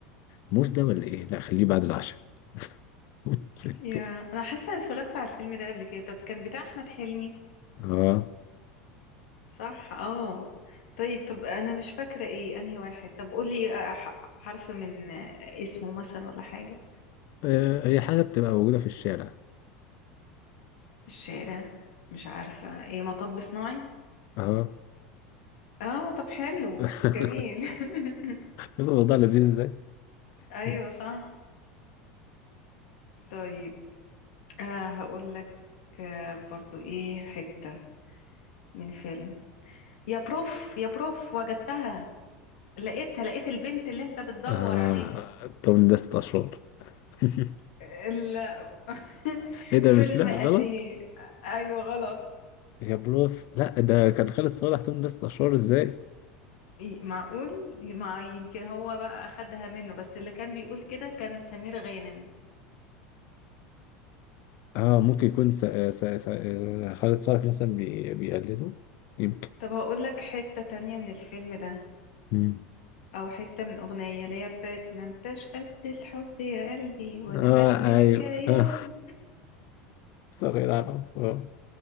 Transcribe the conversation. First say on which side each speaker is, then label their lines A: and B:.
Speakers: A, on the left (about 55°); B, on the left (about 75°).
A: موز ده ولا ايه لا خليه بعد العشاء <laughs>
B: يا انا حاسة إني اتفرجت على الفيلم ده قبل كده طب كان بتاع احمد حلمي
A: اه
B: صح اه طيب طب انا مش فاكرة ايه انهي واحد طب قولي آه، ح- حرف من آه، اسمه مثلا ولا حاجة
A: آه، هي حاجه بتبقى موجوده في الشارع
B: في الشارع مش عارفة ايه مطب صناعي
A: اه
B: اه طب حلو
A: <laughs>
B: جميل <laughs>
A: الموضوع لذيذ
B: ايوه
A: ازاي
B: صح طيب آه هقول لك آه برضو ايه حتة من فيلم يا بروف يا بروف وجدتها لقيتها لقيت البنت اللي انت بتدور
A: آه...
B: عليها
A: توم ده ست أشهر <laughs>
B: ال... <laughs>
A: إيه ده مش
B: فيلم
A: لا غلط
B: قديم ايوه غلط
A: يا بروف لا ده كان خالد صالح توم ده ست أشهر إزاي؟
B: إيه، معقول مع يمكن هو بقى اخدها منه بس اللي كان بيقول كده كان سمير غانم
A: آه ممكن يكون س... س... س... آه، خالد صالح مثلا بي... بيقلده يمكن
B: طب هقول لك حتة تانية من الفيلم ده
A: مم.
B: او حتة من اغنية اللي هي بتاعت ما انتش قد الحب يا قلبي ولا
A: آه
B: قد
A: أيوه
B: حكاياته
A: آه. <laughs> صغير أعرف آه.